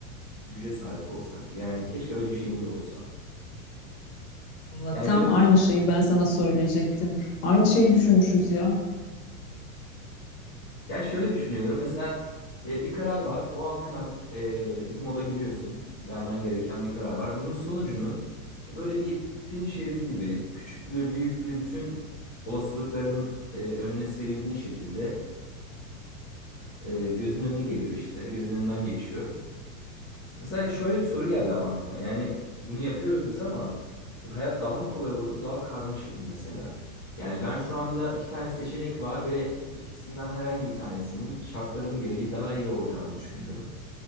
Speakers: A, on the left (about 20°); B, on the left (about 70°).
A: güce sahip olsak. Yani keşke öyle bir şeyimiz olsa.
B: Valla
A: Yani
B: tam
A: böyle
B: aynı şeyi ben sana söyleyecektim. Aynı şeyi düşünmüşüz ya.
A: ya şöyle düşünüyorum mesela e, bir karar var. O an hemen e, bu moda giriyorsun. Vermen gereken bir karar var. Bunun sonucunu e, böyle bir film şeridi gibi küçüklüğü, büyüklüğü bütün olasılıkların e, önüne serildiği şekilde e, gözünün önüne geliyor işte. Gözünün önünden geçiyor. Mesela şöyle bir soru geldi ama aklıma. Yani bunu yapıyoruz biz ama böyle hayat daha mı kolay olurdu, daha karmaşık mı mesela? Yani ben şu anda iki tane seçenek var ve ikisinden herhangi bir tanesinin şartlarım gereği daha iyi olacağını düşünüyorum.